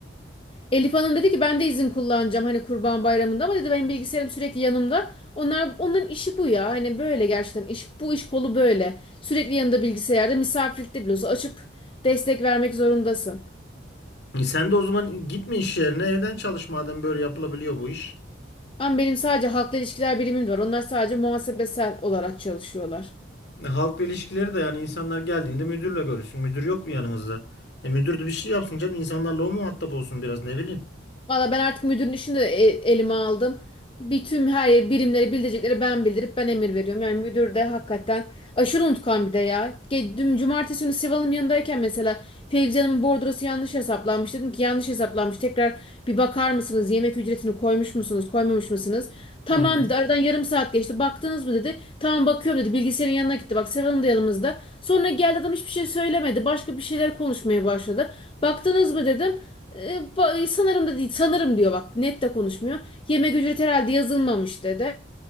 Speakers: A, on the left; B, on the left.
A: Elif Hanım dedi ki ben de izin kullanacağım hani Kurban Bayramı'nda ama dedi benim bilgisayarım sürekli yanımda. Onlar onların işi bu ya. Hani böyle gerçekten iş bu iş kolu böyle. Sürekli yanında bilgisayarda misafirlikte bile olsa açıp destek vermek zorundasın.
B: e, sen de o zaman gitme iş yerine evden çalış madem böyle yapılabiliyor bu iş.
A: Ama benim sadece halkla ilişkiler birimim var. Onlar sadece muhasebesel olarak çalışıyorlar.
B: E, halkla ilişkileri de yani insanlar geldiğinde müdürle görüşsün. Müdür yok mu yanınızda? E, müdür de bir şey yapsın canım insanlarla o muhatap olsun biraz ne bileyim.
A: Valla ben artık müdürün işini de e- elime aldım. Bir tüm her yer- birimleri bildirecekleri ben bildirip ben emir veriyorum. Yani müdür de hakikaten aşırı unutkan bir de ya. Ge- Dün cumartesi günü Sival'ın yanındayken mesela Fevzi Hanım'ın bordrosu yanlış hesaplanmış. Dedim ki yanlış hesaplanmış. Tekrar bir bakar mısınız? Yemek ücretini koymuş musunuz? Koymamış mısınız? Tamam
B: Hı.
A: dedi. Aradan yarım saat geçti. Baktınız mı dedi. Tamam bakıyorum dedi. Bilgisayarın yanına gitti. Bak Sival'ın da yanımızda. Sonra geldi adam hiçbir şey söylemedi. Başka bir şeyler konuşmaya başladı. Baktınız mı dedim. E, ba- sanırım da değil, sanırım diyor bak net de konuşmuyor. Yemek ücreti herhalde yazılmamış dedi.